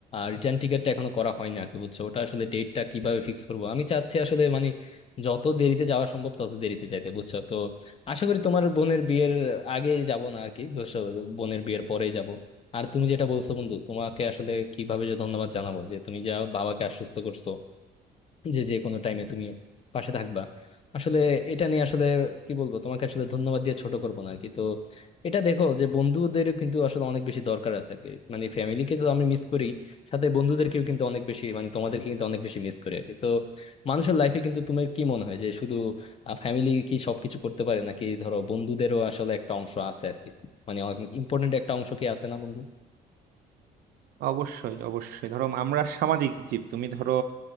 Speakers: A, on the left; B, on the right.
A: রিটার্ন টিকিটটা এখনো করা হয়নি আর কি বুঝছো ওটা আসলে ডেটটা কিভাবে ফিক্স করব আমি চাচ্ছি আসলে মানে যত দেরিতে যাওয়া সম্ভব তত দেরিতে যাইতে বুঝছো তো আশা করি তোমার বোনের বিয়ের আগে যাব না আর কি বুঝছো বোনের বিয়ের পরেই যাব আর তুমি যেটা বলছো বন্ধু তোমাকে আসলে কিভাবে যে ধন্যবাদ জানাবো যে তুমি যা বাবাকে আশ্বস্ত করছো যে যে কোনো টাইমে তুমি পাশে থাকবা আসলে এটা নিয়ে আসলে কি বলবো তোমাকে আসলে ধন্যবাদ দিয়ে ছোট করবো না আর কি তো এটা দেখো যে বন্ধুদের কিন্তু আসলে অনেক বেশি দরকার আছে আর কি মানে ফ্যামিলিকে তো আমি মিস করি সাথে বন্ধুদেরকেও কিন্তু অনেক বেশি মানে তোমাদেরকে কিন্তু অনেক বেশি মিস করি আর কি তো মানুষের লাইফে কিন্তু তোমার কি মনে হয় যে শুধু ফ্যামিলি কি সবকিছু করতে পারে নাকি ধরো বন্ধুদেরও আসলে একটা অংশ আছে আর কি মানে অনেক ইম্পর্টেন্ট একটা অংশ কি আছে না বন্ধু
B: অবশ্যই অবশ্যই ধরো আমরা সামাজিক জীব তুমি ধরো